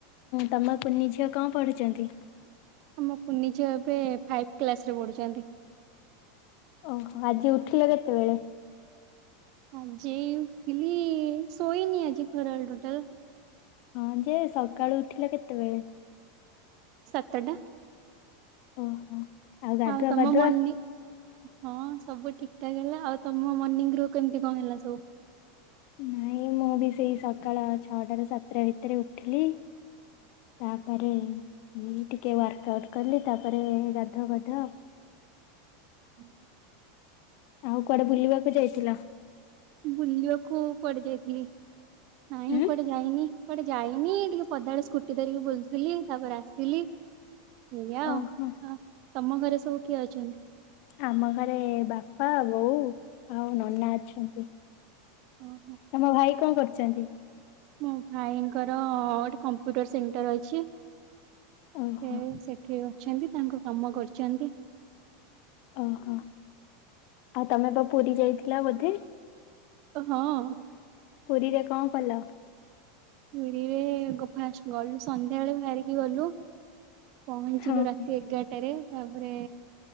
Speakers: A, on the left; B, on the right.
A: ତମ କୁନି ଝିଅ କଣ ପଢୁଛନ୍ତି।
B: ଆମ କୁୁନି ଝିଅ ଏବେ ଫାଇଭ କ୍ଲାସ ରେ ପଢୁଛନ୍ତି।
A: ଓହୋ ଆଜି ଉଠିଲ କେତେବେଳେ?
B: ଆଜି ଉଠିଲି ଶୋଇନି ଆଜି ଖରାବେଳେ ଟୋଟାଲ।
A: ହଁ ଯେ ସକାଳୁ ଉଠିଲେ କେତେବେଳେ।
B: ସାତଟା।
A: ଓହୋ ଗାଧୁଆ
B: ଆଉ ତମ
A: ପାଧୁଆ?
B: ମନି ହଁ ସବୁ ଠିକ୍ ଠାକ ହେଲା ଆଉ ତମ ମର୍ଣ୍ଣିିଂ ର କେମିତି କଣ ହେଲା ସବୁ?
A: ନାଇଁ ମୁଁ ବି ସେଇ ସକାଳ ଛଅଟ ର ସାତଟା ଭିତରେ ଉଠିଲି। ତାପରେ ଟିକେ ୱାର୍କ ଆଉଟ୍ କଲି ତାପରେ ଗାଧୁଆ ପାଧୁଆ ଆଉ
B: ହୁଁ
A: ଆଉ କୁଆଡେ ବୁଲିବାକୁ ଯାଇଥିଲ?
B: ବୁଲିବାକୁ କୁଆଡେ ଯାଇଥିଲି ନାଇଁ
A: ଉଁ
B: କୁଆଡେ ଯାଇନି। କୁଆଡେ ଯାଇ ନି ଟିକେ ପଦା ଆଡେ ସ୍କୁଟି ଧରିକି ବୁଲଥିଲି ତାପରେ ଆସିଲି ଏଇଆ ଆଉ
A: ଓହୋ
B: ଆ ତମ ଘରେ ସବୁ କିଏ ଅଛନ୍ତି?
A: ଆମ ଘରେ ବାପା ବୋଉ ଆଉ ନନା ଅଛନ୍ତି?
B: ହଁ
A: ତମ ଭାଇ କଣ କରୁଛନ୍ତି?
B: ମୋ ଭାଇଙ୍କର ଗୋଟେ କମ୍ପ୍ୟୁଟର ସେଣ୍ଟର ଅଛି। ସେ
A: ଓହୋ।
B: ସେଠି ଅଛନ୍ତି। ତାଙ୍କ କାମ କରୁଛନ୍ତି।
A: ଓହୋ ଆଉ ତମେ ବା ପୁରୀ ଯାଇଥିଲ ବୋଧେ
B: ହଁ
A: ପୁରୀ ରେ କଣ କଲ?
B: ପୁରୀରେ ଗୋ ଫାଷ୍ଟ ଗଲୁ ସନ୍ଧ୍ୟାବେଳେ ବାହାରିକି ଗଲୁ ପହଞ୍ଚିଲୁ
A: ହଁ।
B: ରାତି ଏଗାରଟାରେ ତାପରେ